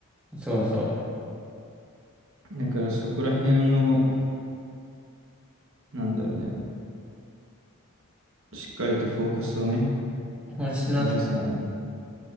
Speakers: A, in the centre; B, on the right.
A: そうそ
B: だからそこら辺の、なんだろうね、しっかりとフォーカスをね、
A: う。本質なんですか。
B: ずらさない。